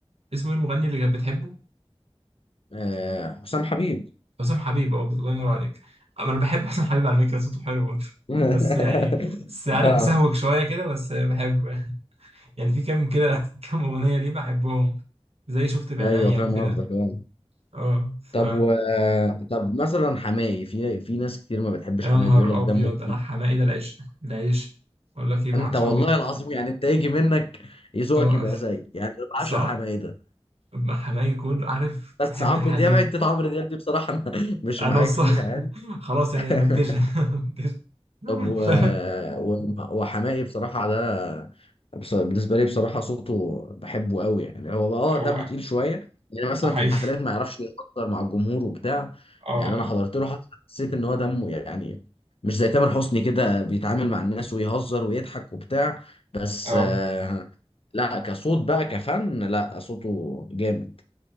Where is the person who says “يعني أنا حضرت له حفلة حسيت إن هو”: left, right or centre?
Left